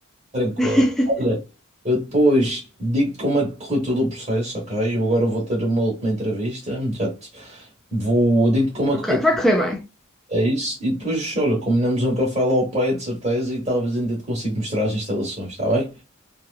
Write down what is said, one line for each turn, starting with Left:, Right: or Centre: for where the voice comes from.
Right: tranquilo.
Centre: <laughs>
Right: Olha, eu depois digo-te como é que correu todo o processo, ok? Eu agora vou ter uma última entrevista, já te vou, digo-te como é
Centre: ok,
Right: que correu tudo
Centre: vai correr bem.
Right: isso, e depois, olha, combinamos um café lá ao pé, de certeza, e talvez ainda te consiga mostrar as instalações, está bem?